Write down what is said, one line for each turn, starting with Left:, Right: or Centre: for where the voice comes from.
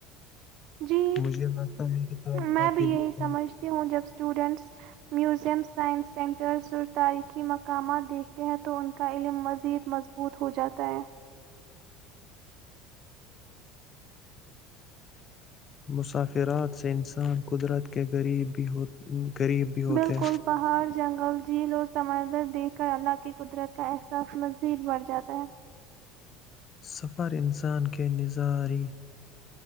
Right: جی
Left: مجھے لگتا ہے کہ طالبہ
Right: میں بھی
Left: کے لیے
Right: یہی
Left: تو
Right: سمجھتی ہوں جب اسٹوڈینٹس میوزیم سائنس سینٹرس اور تاریخی مقامات دیکھتے ہیں تو ان کا علم مزید مضبوط ہو جاتا ہے
Left: مسافرات سے انسان قدرت کے غریب بھی غریب بھی ہوتے
Right: بالکل
Left: ہیں
Right: پہاڑ جنگل جھیل اور سمندر دیکھ کر اللہ کی قدرت کا احساس مزید بڑھ جاتا ہے
Left: سفر انسان کے نظاری